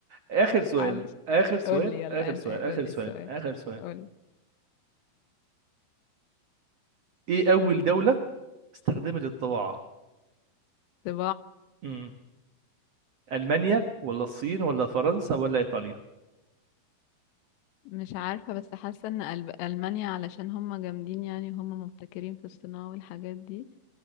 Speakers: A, on the right; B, on the left.
A: اخر سؤال
B: على
A: اخر سؤال
B: قول لي يلا
A: اخر سؤال اخر
B: قول لي
A: سؤال
B: السؤال
A: اخر سؤال
B: قول
A: ايه اول دوله استخدمت الطباعه
B: لي
A: امم المانيا ولا الصين ولا فرنسا ولا ايطاليا
B: مش عارفة بس حاسة ان ألب- ألمانيا علشان هم جامدين يعني هم مبتكرين في الصناعة والحاجات دي